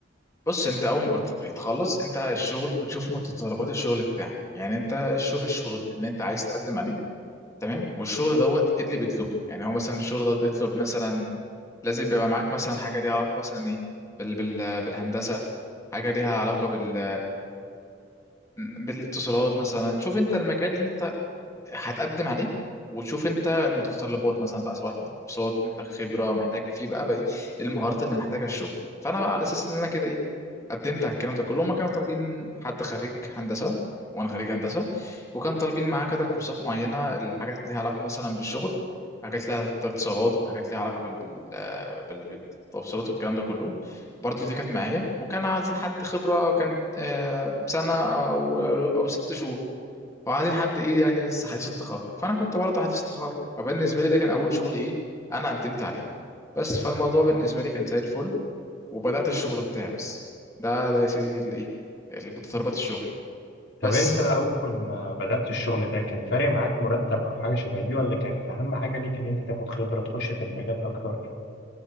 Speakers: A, on the left; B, on the left.
A: بص انت اول ما بت- بتخلص انت الشغل بتشوف متطلبات الشغل بتاعك يعني انت شوف الشغل اللي انت عايز تقدم عليه تمام والشغل دوت ايه اللي بيطلبه يعني هو مثلا الشغل دوت بيطلب مثلا لازم يبقى معاك مثلا حاجه ليها علاقه مثلا ايه بال بال بالهندسه حاجه ليها علاقه بال بالاتصالات مثلا شوف انت المجال اللي انت هتقدم عليه وتشوف انت المتطلبات مثلا بقى سواء عندك كورسات محتاج خبره محتاج في بقى بقى ايه المهارات اللي محتاجها الشغل فانا بقى على اساس ان انا كده ايه قدمت على الكلام ده كله هما كانوا طالبين حد خريج هندسه وانا خريج هندسه وكان طالبين معاه كده كورسات معينه الحاجات ليها علاقه مثلا بالشغل حاجات ليها اتصالات وحاجات ليها علاقه بال... بال... بال... بالتوصيلات والكلام ده كله برضه دي كانت معايا وكان عايزين حد خبره كانت آه، سنه او او أو ست شهور وبعدين حد ايه يعني لسه حديث التخرج فانا كنت برضه حديث التخرج فبالنسبه لي ده كان اول شغل ايه انا قدمت عليه بس فالموضوع بالنسبه لي كان زي الفل وبدات الشغل بتاعي بس ده ده يا سيدي اللي ايه متطلبات الشغل
B: طب
A: بس
B: انت اول ما بدأت الشغل ده كان فارق معاك مرتب او حاجة شبه دي ولا كان اهم حاجة ليك ان انت تاخد خبرة تخش في المجال اكتر